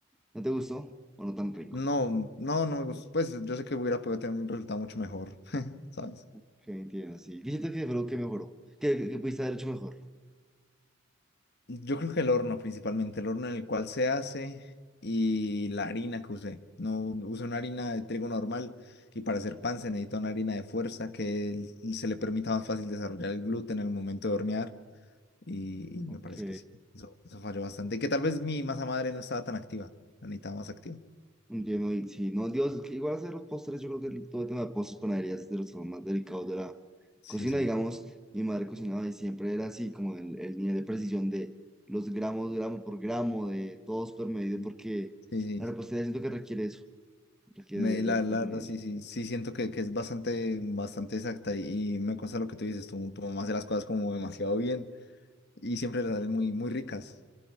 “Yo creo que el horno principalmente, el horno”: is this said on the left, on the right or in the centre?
Left